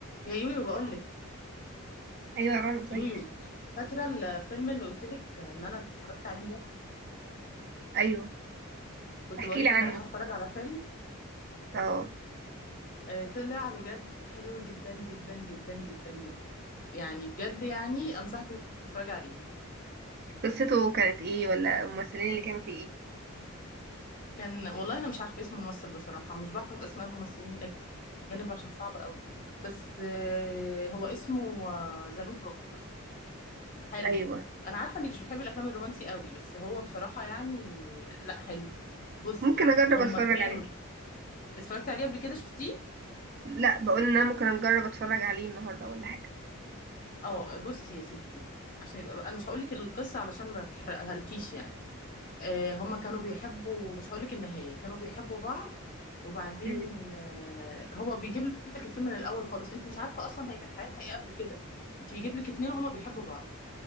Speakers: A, on the left (about 40°); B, on the right (about 45°).
A: يا يويو بقولك
B: ايوه رنا زيك
A: يويو فاكرة الفيلم اللي قلتلك ان انا اتفرجت عليه امبارح
B: ايوه
A: كنت
B: احكي
A: بقولك
B: لي عنه
A: امبارح هتفرج على فيلم
B: اه
A: آه، طلع بجد حلو جدا جدا جدا جدا جدا يعني بجد يعني انصحك تتفرج عليه
B: قصته كانت ايه ولا الممثلين اللي كانوا فيه
A: كان والله انا مش عارفة اسم الممثل بصراحة مش بحفظ اسماء الممثلين الاجانب عشان صعبة قوي بس آه، هو اسمه ذا نوت بوك حلو
B: ايه ايوه
A: انا عارفة انك مش بتحبي الافلام الرومانسي قوي بس هو بصراحة يعني لا حلو بصي
B: ممكن اجرب
A: هما
B: اتفرج
A: كانوا
B: عليه
A: اتفرجت عليه قبل كده شفتيه
B: لا بقول ان انا ممكن اجرب اتفرج عليه النهارده ولا حاجه
A: اه بصي يا ستي عشان يبقى انا مش هقول لك القصه علشان ما تحرقها لكيش يعني آه هما كانوا بيحبوا مش هقول لك النهايه كانوا بيحبوا بعض وبعدين
B: امم
A: آه هو بيجيب لك الفيلم من الاول خالص انت مش عارفه اصلا هي كانت حياتها ايه قبل كده انت بيجيب لك اتنين وهما بيحبوا بعض